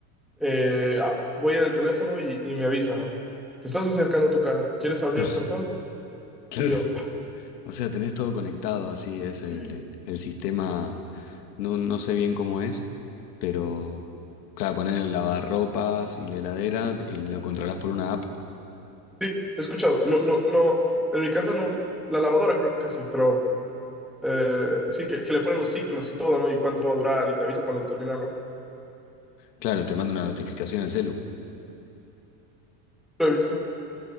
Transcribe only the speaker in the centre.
eh, ah, voy en el teléfono y, y me avisa, te estás acercando a tu casa, ¿quieres abrir
el portón?
Y yo, "Ah,
sí,
sí,
sí,
sí, he escuchado. No, no, no, en mi casa no, la lavadora creo que sí, pero eh, sí, que, que le ponen los ciclos y todo, ¿no? Y cuánto va a durar y te avisa cuando termina, ¿no?
Lo he visto.